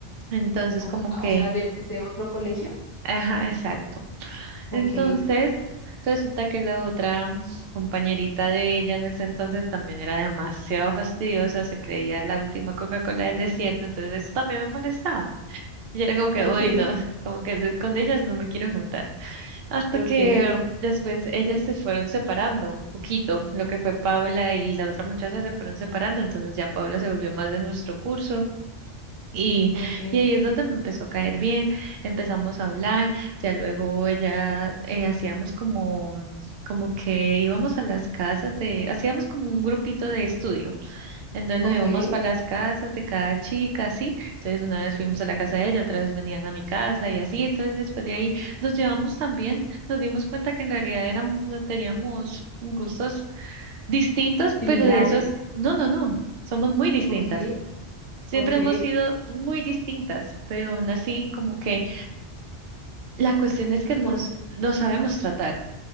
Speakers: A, on the right (about 65°); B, on the left (about 25°).
A: Entonces
B: O,
A: como que,
B: o sea, de- desde otro colegio.
A: ajá, exacto.
B: ok,
A: Entonces, resulta que la otra mm, compañerita de ella en ese entonces también era demasiado fastidiosa, se creía la última Coca-Cola del desierto, entonces eso también me molestaba. Y yo era como que,
B: ok,
A: uy, no, <laughs> como que de- con ellas no me quiero juntar. Hasta
B: ok,
A: que um, después ellas se fueron separando un poquito, lo que fue Paula y la otra muchacha se fueron separando, entonces ya Paula se volvió más de nuestro curso y,
B: ok,
A: y ahí es donde me empezó a caer bien, empezamos a hablar, ya luego ella eh, hacíamos como, como que íbamos a las casas de, hacíamos como un grupito de estudio, entonces
B: ok,
A: nos íbamos para las casas de cada chica, así, entonces una vez fuimos a la casa de ella, otra vez venían a mi casa y así, entonces después de ahí nos llevamos también, nos dimos cuenta que en realidad éramos, no teníamos gustos distintos,
B: Similares.
A: pero de esos, no, no, no, somos muy distintas.
B: ok,
A: Siempre
B: ok,
A: hemos sido muy distintas, pero aún así como que la cuestión es que nos,
B: por-
A: nos sabemos tratar,